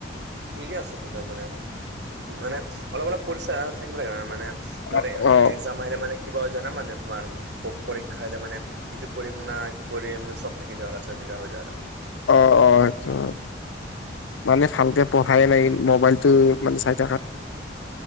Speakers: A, on the right (about 65°); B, on the left (about 85°).
A: পঢ়ি আছা তাৰ মানে মানে অলপ অলপ পৰিচয় থাকিব লাগেনে মানে। একজাম
B: অ অ
A: আহিলে, আহে মানে কিবা জান মানে তোমাৰ। পৰীক্ষা আহিলে মানে ইটো পঢ়িম ন সিটো পঢ়িম চব থাকি যাব লাষ্টত এনেকুৱা হৈ যায় আৰু।
B: অ, অ, সেইটো মানে ভালকে পঢ়াইে নাই। মবাইলটো মানে চাই থকা